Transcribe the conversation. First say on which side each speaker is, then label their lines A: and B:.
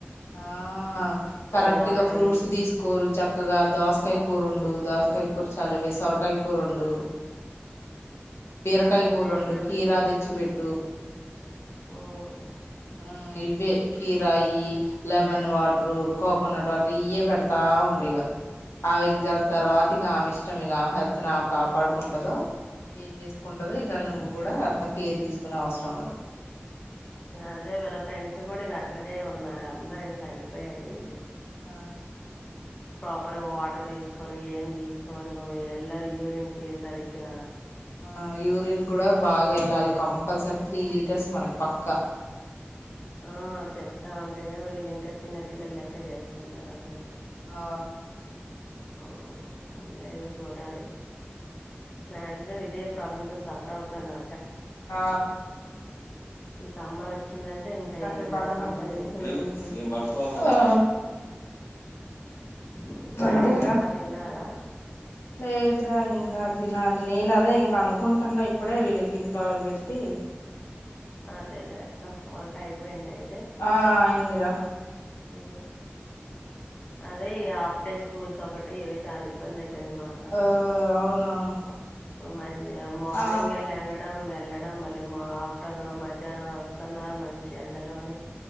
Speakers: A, on the left; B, on the left.
A: ఆ కరెక్ట్గా
B: వాటర్
A: ఫ్రూట్స్
B: తీసుకు
A: తీసుకోరు చక్కగా దోసకాయ కూరండు దోసకాయ కూర చాలావి సొరకాయ కూరండు బీరకాయ
B: అదే
A: కూరండు
B: ఇగ
A: కీరా తెచ్చి పెట్టు
B: ఆఓ
A: ఆ ఇవే కిరాయి లెమన్ వాటరు కోకోనట్ వాటర్ ఇయ పెడతా ఉండు ఈగ ఆ ఎగ్జామ్స్
B: అదే
A: తర్వాత ఇక ఆమె ఇష్టం ఇక ఆమె హెల్త్ నా కాపాడుకుంటదు ఏం చేసుకుంటదు ఇక నువ్వు కూడా అంత కేర్ తీసుకునే అవసరం ఉండదు
B: అదే వీళ్ళ ఫ్రెండ్స్ కూడా ఇక అట్లనే ఉన్నారు అందరి సరిపోయారు వీళ్ళు
A: ఆ
B: త్వరగా వాటర్ తీసుకోరు ఏం తీసుకోరు ఎల్లరు యూరిన్ కి సరిగ్గా
A: ఆ యూరిన్ కూడా బాగా వెళ్ళాలి కంపల్సరీ త్రీ లీటర్స్ మనకి పక్కా
B: ఆ చెప్తా ఉంటేనే వీళ్ళు ఇంకా చిన్న పిల్లలు లెక్క చేస్తున్నారు అసలు
A: ఆ
B: ఊ అదే ఇగా చూడాలి మాక్సిమం ఇదే ప్రాబ్లమ్ తో సఫర్ అవుతున్నా
A: ఆ
B: ఈ సమ్మర్ వ వచ్చిందంటే ఇంకా
A: కాసేపు
B: ఇగ
A: అడ్డ పడతాయి
B: అందర
A: ఇంట్లో
B: ఏంటో
A: వేడి ఉంది ఆ
B: హు ఇంకేంటి
A: అంతేగా
B: అక్క తిన్నారా
A: లేదురా ఇంకా తినాలి నేను అదే ఇంకా అనుకుంటున్నా ఇప్పుడే వీళ్ళకి ఇంట్లో పెట్టి
B: అదేలే అక్క వంట అయిపోయింద అయి
A: ఆ అయ్యిందిరా
B: హు అదే ఈ హాఫ్ డే స్కూల్స్ ఒకటి ఇవి చాలా ఇబ్బంది అయి అయితుంది మాకు అసలు
A: ఆ అవునవును
B: మ మార్నింగ్
A: ఆ
B: ఏ లేగడం వెళ్ళడం మళ్ళ ఆఫ్టర్నూన్ మధ్యాహ్నం వస్తున్నా మంచి ఎండలోని